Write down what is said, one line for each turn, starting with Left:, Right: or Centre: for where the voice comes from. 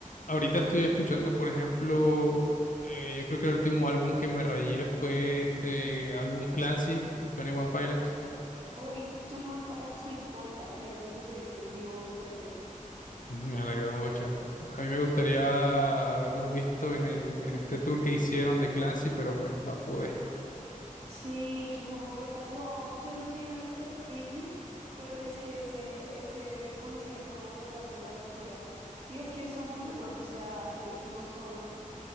Left: ahorita estoy escuchando, por ejemplo, eh, yo creo que el último álbum que me rayé fue este álbum Clancy de Twenty One Pilots.
Right: Hoy, Johnny One Pilots me encanta y a ellos los he visto en vivo dos veces.
Left: Me alegró mucho. A mí me gustaría haberlos visto en el, en este tour que hicieron de Clancy, pero pues no pude.
Right: Sí, que fue en Bogotá. No, yo los vi en el Estéreo Picnic, pero es que ese, ese concierto en Bogotá fue la locura. Y es que son muy buenos, o sea, en vivo son